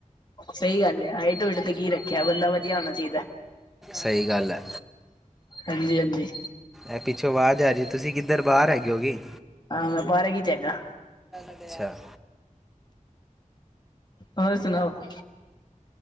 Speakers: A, on the left; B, in the centre.
A: ਸਹੀ ਗੱਲ ਹੈ ਹੇ ਢੋਏਡ ਤੇ ਕੀ ਰੱਖਿਆ ਬੰਦਾ ਵਧੀਆ ਹੋਣਾ ਚਾਹੀਦਾ
B: ਸਹੀ ਗੱਲ ਹੈ
A: ਹਾਂਜੀ ਹਾਂਜੀ
B: ਇਹ ਪਿੱਛੋਂ ਬਾਹਰ ਜਾ ਜ ਤੁਸੀਂ ਕਿੱਧਰ ਬਾਹਰ ਹੈਏਿ ਹੋ ਗਗੇ
A: ਆਹ ਮ ਪਰਕ ਚਗਾ
B: ਅੱਛਾ
A: ਹੋਰ ਸੁਣਾਓ